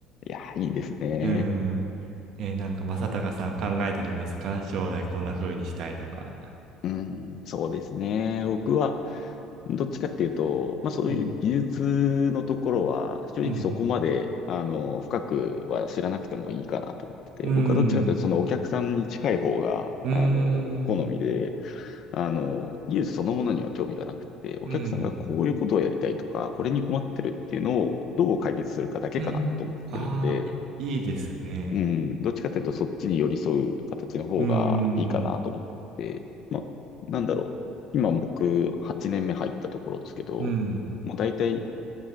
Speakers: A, on the left; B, on the right.
A: いや、いいですね。
B: うん。えーなんか、正隆さん考えてるんですか将来こんな風にしたいとか。
A: うん、そうですね。僕は、どっちかっていうと、まあそういう技術のところは、
B: うん。
A: 正直そこまで、
B: うん。
A: あの、深くは知らなくてもいいかなと思ってて、
B: うん。
A: 僕はどっちかっていうと、そのお客さんに近い方が、
B: うん。
A: あの、好みで、あの、技術そのものには興味がなくて、お客さんがこういうことをやりたいとか、
B: うん。
A: これに困ってるっていうのをどう解決するかだけかなと思ってるんで、
B: うん。ああ、いいですね。
A: うん、どっちかというとそっちに寄り添う形の方がいいかなと思って、
B: うん。
A: まあ、なんだろう。今僕8年目入ったところですけど、
B: うん。
A: もう大体